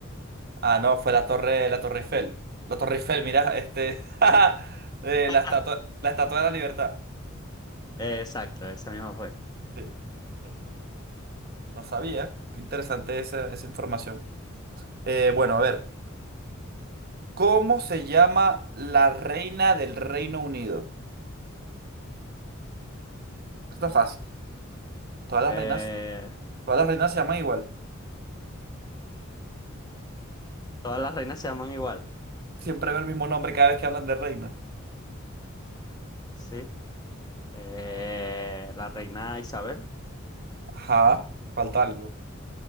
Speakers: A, on the right; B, on the left.
A: Ah, no, fue la Torre, la Torre Eiffel. La Torre Eiffel, mira, este, <laughs> eh,
B: <laughs>
A: la estatua, la Estatua de la Libertad.
B: Exacto, esa misma fue.
A: Sí, sí. No sabía. Qué interesante esa, esa información. Eh, bueno, a ver, ¿cómo se llama la reina del Reino Unido? Esto está fácil. Todas las
B: Eh,
A: reinas, todas las reinas se llaman igual.
B: todas las reinas se llaman igual.
A: Siempre veo el mismo nombre cada vez que hablan de reina.
B: Sí. Eh, la reina Isabel.
A: Ajá, falta algo.